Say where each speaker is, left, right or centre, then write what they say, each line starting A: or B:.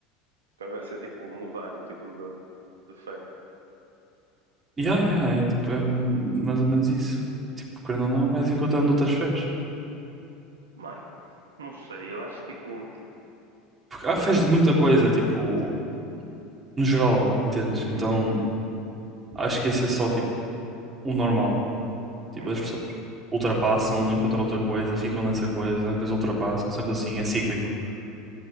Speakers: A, on the right; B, on the right.
A: Então vai ser tipo mudar o tipo de, de fé.
B: Yeah, yeah, é tipo, é mais ou menos isso. Tipo, querendo ou não, vais encontrando outras fés.
A: Mano, não sei, eu acho que, tipo.
B: Porque há fés
A: Eu acho.
B: de
A: que.
B: muita coisa, tipo, no geral, entendes? Então,
A: Uhum,
B: acho que esse é só tipo o normal. Tipo,
A: uhum,
B: as pessoas ultrapassam, encontram outra coisa, ficam nessa coisa, depois ultrapassam, sempre assim, é cíclico.
A: uhum.